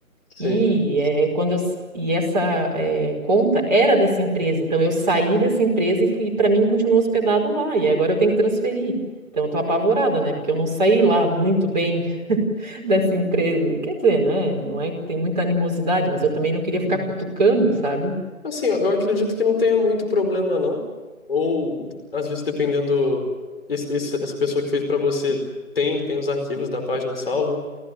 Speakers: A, on the left (about 40°); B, on the right (about 30°).
A: Sim.
B: E é, quando eu, s- e essa é, conta era dessa empresa, então eu saí dessa empresa e fui, para mim continuou hospedado lá, e agora eu tenho que transferir. Então eu tô apavorada, né? Porque eu não saí lá muito bem <laughs> dessa empresa. Quer dizer, né? Não é que tem muita animosidade, mas eu também não queria
A: Uhum.
B: ficar cutucando, sabe?
A: Assim, eu eu acredito que não tenha muito problema, não. Ou, às vezes, dependendo, esse, esse- essa pessoa que fez para você tem, tem os arquivos da página salva.